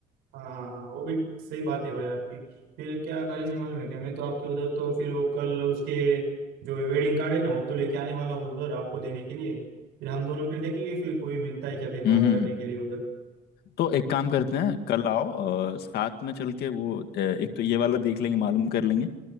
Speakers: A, on the right; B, on the left.
A: हाँ हाँ हाँ वो भी सही बात है भाई आपकी फिर क्या करेंगे मालूम है क्या मैं तो आपके उधर तो फिर वो कल उसके जो वेडिंग कार्ड है ना वो तो लेके आने वाला हूँ उधर आपको देने के लिए फिर हम दोनों फिर देखेंगे फिर कोई मिलता है क्या फिर बात
B: हम्म हम्म
A: करने
B: हम्म।
A: के लिए उधर
B: तो एक काम करते हैं कल आओ और साथ में चल के वो अ, एक तो ये वाला देख लेंगे मालूम कर लेंगे